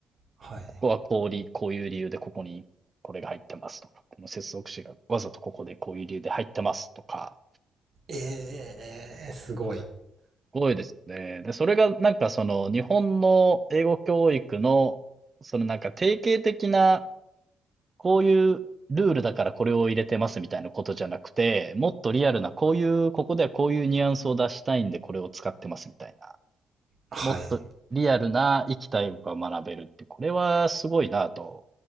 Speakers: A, on the right; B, on the right.
A: はい。
B: ここはこうり、こういう理由でここにこれが入ってますとか、この接続詞がわざとここでこういう理由で入ってますとか、
A: ええすごい。
B: すごいですよね。で、それがなんかその、日本の英語教育の、そのなんか定型的なこういうルールだからこれを入れてますみたいなことじゃなくて、もっとリアルな、こういう、ここではこういうニュアンスを出したいんでこれを使ってますみたいな。
A: はい。
B: もっとリアルな生きた英語が学べるって、これはすごいなと